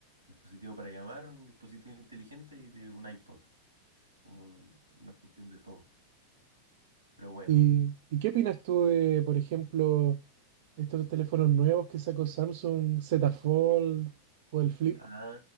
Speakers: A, on the right; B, on the right.
A: dispositivo para llamar, un dispositivo inteligente y de un iPod, como un- una fusión de todo. Pero bueno,
B: ¿Y, y qué opinas tú de, por ejemplo, estos teléfonos nuevos que sacó Samsung, Z Fold o el Flip?
A: ah,